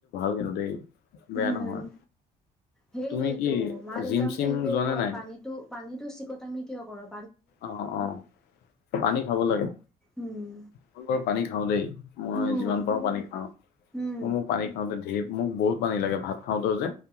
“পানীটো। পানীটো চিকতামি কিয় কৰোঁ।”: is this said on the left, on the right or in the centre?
Centre